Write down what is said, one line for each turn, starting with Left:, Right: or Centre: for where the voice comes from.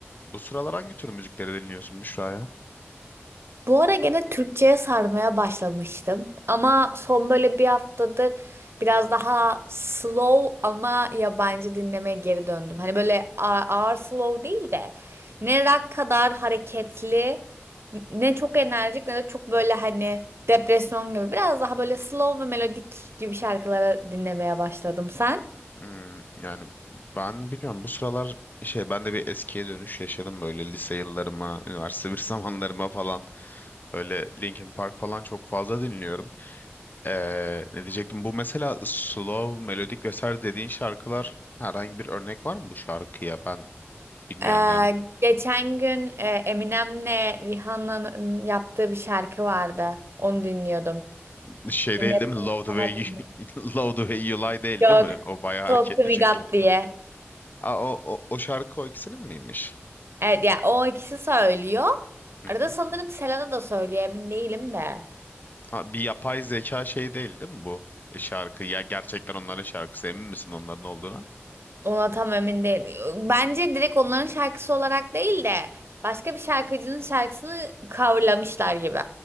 Left: Bu sıralar hangi tür müzikleri dinliyorsun Büşra ya?
Right: Bu ara gene Türkçe'ye sarmaya başlamıştım. Ama son böyle bir haftadır biraz daha slow ama yabancı dinlemeye geri döndüm. Hani böyle a- ağır slow değil de ne rock kadar hareketli, ne çok enerjik ne de çok böyle hani depresyon gibi. Biraz daha böyle slow ve melodik gibi şarkılara dinlemeye başladım. Sen?
Left: Hmm, yani ben bilmiyorum bu sıralar şey ben de bir eskiye dönüş yaşadım böyle lise yıllarıma, üniversite <laughs> bir zamanlarıma falan. Böyle Linkin Park falan çok fazla dinliyorum. Ee, ne diyecektim? Bu mesela slow, melodik vesaire dediğin şarkılar herhangi bir örnek var mı bu şarkıya? Ben bilmiyorum
Right: Ee,
Left: yani.
Right: geçen gün e, Eminem'le Rihanna'nın yaptığı bir şarkı vardı. Onu dinliyordum.
Left: <laughs> Şey
Right: Dinlettim
Left: değil değil mi? Love
Right: mi sana
Left: the way
Right: bilmiyorum.
Left: you, <laughs> Love the way you lie değil
Right: Yok.
Left: değil mi? O bayağı hareketli
Right: Talk to me
Left: çünkü.
Right: God diye.
Left: Aa, o, o, o şarkı o ikisinin miymiş?
Right: Evet ya o ikisi söylüyor.
Left: Hı
Right: Arada
Left: hı.
Right: sanırım Selena da söylüyor emin değilim de.
Left: Ha, bir yapay zeka şey değil değil mi bu E, şarkı? Ya gerçekten onların şarkısı emin misin onların olduğuna?
Right: Ona tam emin değil. Bence direkt onların şarkısı olarak değil de başka bir şarkıcının şarkısını coverlamışlar gibi.